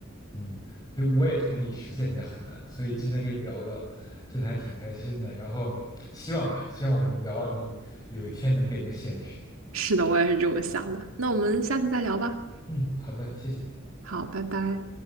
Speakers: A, on the left; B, on the right.
A: 嗯，所以我也同意实现起来很难，所以今天跟你聊了，真的还挺开心的，然后希望吧，希望我们聊能有一天能变成现实。
B: 是的，我也是这么想的。那我们下次再聊吧。
A: 嗯，好的，谢谢。
B: 好，拜拜。